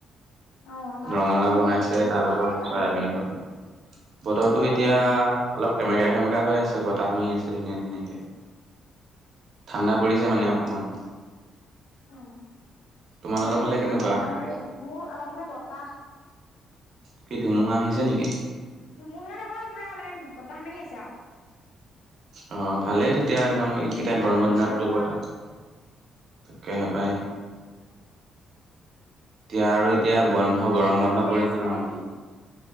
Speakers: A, on the left; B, on the right.
A: অ', তাৰপিছত
B: ৰঙালাও
A: হেৰি
B: বনাইছে,
A: বতৰ
B: তাৰ লগত
A: কেনেকুৱা
B: চয়াবিনৰ
A: সেইফালে?
B: সৈত বতৰটো
A: অ',
B: এতিয়া
A: অ'।
B: অলপ সেমেকা সেমেকা হৈ আছে, বতাহ মাৰি আছে ধুনীয়া-ধুনীয়াকে। ঠাণ্ডা পৰিছে মানে
A: অ',
B: অকমান।
A: অ',
B: তোমালোকৰ
A: আমাৰ এইফালে
B: ফালে কেনেকুৱা?
A: পুৰা বতাহ মাৰি, মোৰ আমাৰ ফালে বতাহ।
B: কি <inaudible> নেকি?
A: ধুমুহা নহয়, পোৰা মানে বতাহ মাৰি আছে আৰু।
B: অ, ভালেই তেতিয়া, একদম এইকেইটা
A: পুৰা
B: গৰমৰ
A: ঠাণ্ডা
B: দিনতটো
A: হাৱা
B: বতাহ তাকেহে পায়। <unintelligible> এতিয়া বন্ধ
A: তাৰপাছত
B: গৰম
A: এনেই কিবা
B: বন্ধ
A: কৰি
B: পৰিছে
A: আছিলা
B: ন',
A: নে কি?